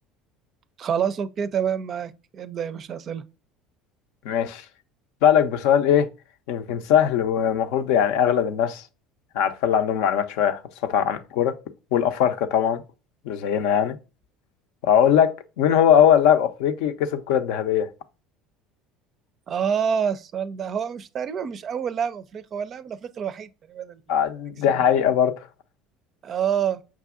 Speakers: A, on the right (about 45°); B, on the left (about 70°).
A: خلاص اوكي تمام معاك ابدأ يا باشا اسئلة
B: ماشي بالك بسؤال ايه يمكن سهل ومفروض يعني أغلب الناس عارفة اللي عندهم معلومات شوية خاصة عن الكورة والأفارقة طبعا اللي زينا يعني وهقول لك مين هو أول لاعب أفريقي كسب الكرة الذهبية
A: اه السؤال ده هو مش تقريبا مش اول لاعب افريقي هو اللاعب الافريقي الوحيد تقريبا اللي
B: آه،
A: كسبه
B: دي حقيقة برضه
A: اه